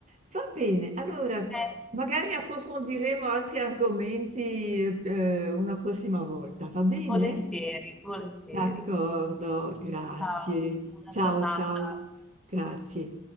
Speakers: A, on the right; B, in the centre.
A: Va bene, allora
B: Eh,
A: magari approfondiremo altri argomenti eh, una prossima volta, va bene?
B: volentieri, volentieri.
A: D'accordo, grazie.
B: Ciao, buona
A: Ciao,
B: giornata.
A: ciao, grazie.